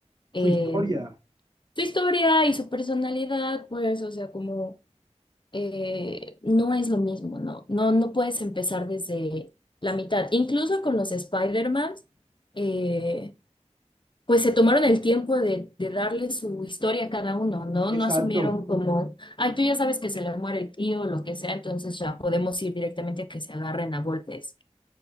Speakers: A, on the left; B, on the right.
A: em,
B: Su historia,
A: su historia y su personalidad, pues, o sea, como eh, no es lo mismo, ¿no? No, no puedes empezar desde la mitad. Incluso con los Spider-Man, eh, pues se tomaron el tiempo de, de darle su historia a cada uno, ¿no?
B: exacto,
A: No asumieron como, ay, tú ya sabes que se le muere el tío o lo que sea, entonces ya podemos ir directamente a que se agarren a golpes.